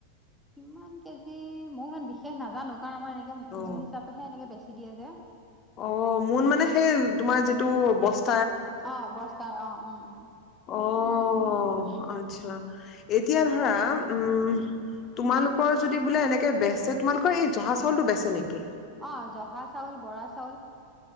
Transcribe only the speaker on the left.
অ
অ' মোন মানে সেই, তোমাৰ যিটো বস্ত
অ আচ্ছা। এতিয়া ধৰা উম--তোমালোকৰ যদি বোলে এনেকে বেচে তোমালোকৰ এই জহা চাউলটো বেচে নেকি?